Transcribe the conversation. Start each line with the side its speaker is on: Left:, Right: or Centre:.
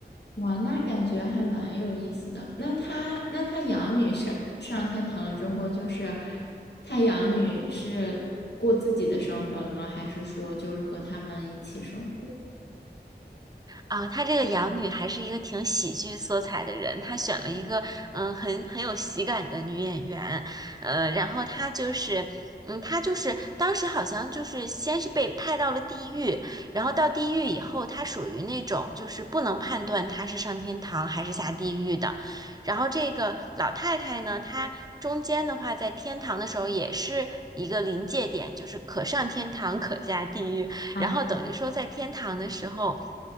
Left: 哇，那感觉还蛮有意思的。那他那他养女上上天堂了之后，就是他养女是过自己的生活了吗？还是说就是和他们一起生活？
Right: 啊，她这个养女还是一个挺喜剧色彩的人，她选了一个嗯很很有喜感的女演员，呃，然后她就是。嗯，她就是当时好像就是先是被派到了地狱，然后到地狱以后，她属于那种就是不能判断她是上天堂还是下地狱的。然后这个老太太呢，她中间的话在天堂的时候也是一个临界点，就是可上天堂可下地狱。
Left: 啊，
Right: 然后等于说在天堂的时候，